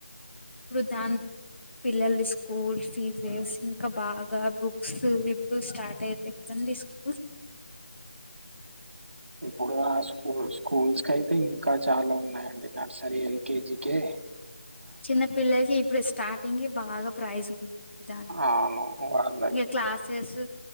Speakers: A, on the left; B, on the right.
A: ఇప్పుడు దాన్ పిల్లల స్కూల్ ఫీజెస్ ఇంకా బాగా బుక్స్ ఇప్పుడు స్టార్ట్ అయితే ఎట్లన తీస్ కు
B: ఇప్పుడు ఆ స్కూల్ స్కూల్స్ కయితే ఇంకా చాలా ఉన్నాయండి నర్సరీ ఎల్కేజీ కె
A: చిన్న పిల్లలకి ఇప్పుడు స్టార్టింగె బాగా ప్రైజ్ లు ఇద
B: అవును వాళ్ళది
A: ఇగ క్లాసేసు